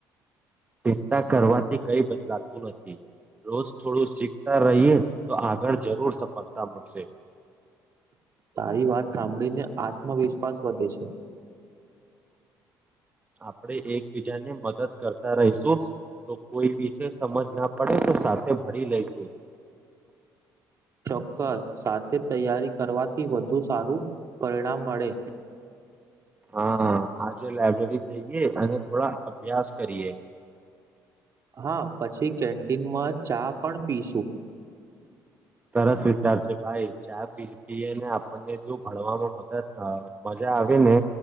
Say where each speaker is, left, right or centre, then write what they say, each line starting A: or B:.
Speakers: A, on the right (about 20°); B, on the right (about 40°).
A: ચિંતા કરવાથી કઈ બદલાતું નથી રોજ થોડું શીખતા રહીએ તો આગળ જરૂર સફળતા મળશે
B: તારી વાત હાંભડીને આત્મવિશ્વાસ વધે છે.
A: આપડે એકબીજા ને મદદ કરતા રહીશું તો કોઈ વિષ સમજ ના પડે તો સાથે ભરી લઈશું
B: ચોક્કસ સાથે તૈયારી કરવાથી વધુ સારું પરિણામ મળે
A: હા આજે લાયબ્રેરી જઈએ અને થોડા અભ્યાસ કરીએ
B: હા પછી કેન્ટીનમાં ચા પણ પીશું
A: સરસ વિચારશે ભાઈ ચા પી એ એને આપણને જો ભણવામાં મ મજા આવે ને